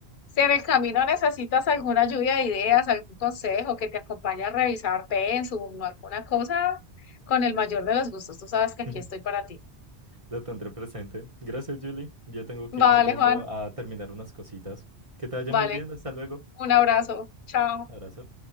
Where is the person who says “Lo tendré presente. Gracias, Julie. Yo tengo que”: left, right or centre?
Right